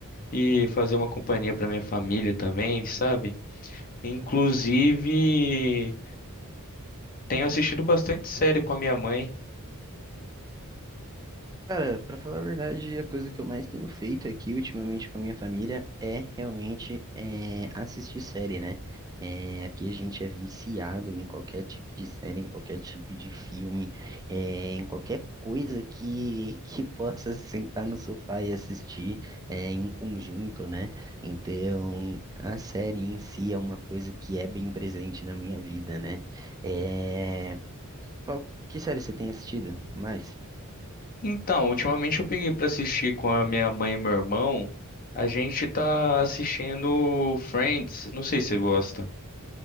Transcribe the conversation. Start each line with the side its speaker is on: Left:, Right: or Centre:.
Left: e fazer uma companhia pra minha família também, sabe? Inclusive, tenho assistido bastante série com a minha mãe.
Right: Cara, pra falar a verdade, a coisa que eu mais tenho feito aqui ultimamente com a minha família é realmente é, assistir série, né? É, aqui a gente é viciado em qualquer tipo de série, em qualquer tipo de filme, é, em qualquer coisa que, que <laughs> possa sentar no sofá e assistir é, em conjunto, né? Então, a série em si é uma coisa que é bem presente na minha vida, né? É. Qual, que série você tem assistido? Mais?
Left: Então, ultimamente eu peguei pra assistir com a minha mãe e meu irmão. A gente tá assistindo Friends. Não sei se você gosta.